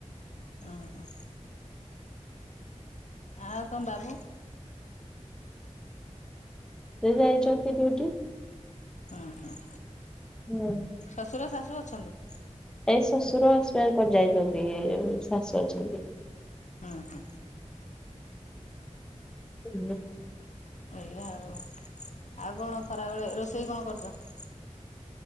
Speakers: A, on the left; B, in the centre.
A: ଅ ହଁ। ଆଉ ତମ ବାବୁ?
B: ସେ ଯାଇଛନ୍ତି ଡ୍ୟୁଟି।
A: ହଁ ହଁ।
B: ହୁଁ।
A: ଶଶୁର ଶାଶୁ ଅଛନ୍ତି?
B: ଏଇ ଶ୍ୱଶୁର ଏକ୍ସପାରୀ କରି ଯାଇଛନ୍ତି ଶାଶୁ ଅଛନ୍ତି।
A: ହଁ ହଁ।
B: ଉ ହୁଁ।
A: ଏଇଆ ଆଉ ଆଉ କଣ ଖରାବେଳେ ରୋଷେଇ କଣ କରୁଛ?